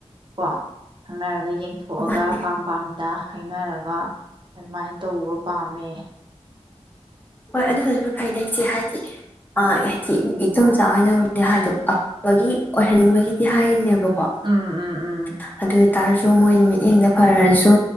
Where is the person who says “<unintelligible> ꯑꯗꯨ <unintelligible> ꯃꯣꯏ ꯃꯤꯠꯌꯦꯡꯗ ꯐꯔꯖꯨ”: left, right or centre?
Left